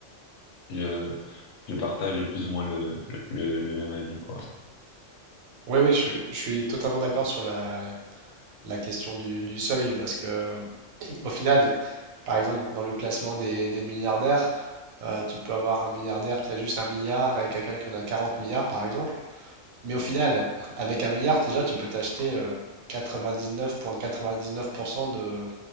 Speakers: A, on the left; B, on the right.
A: je, je partage plus ou moins le, le, le le même avis, quoi.
B: Oui, oui, je, je suis totalement d'accord sur la, la question du, du seuil, parce que au final, par exemple, dans le classement des, des milliardaires, euh, tu peux avoir un milliardaire qui a juste un milliard et quelqu'un qui en a 40 milliards, par exemple. Mais au final, <laughs> avec un milliard, déjà, tu peux t'acheter euh, 99,99% de,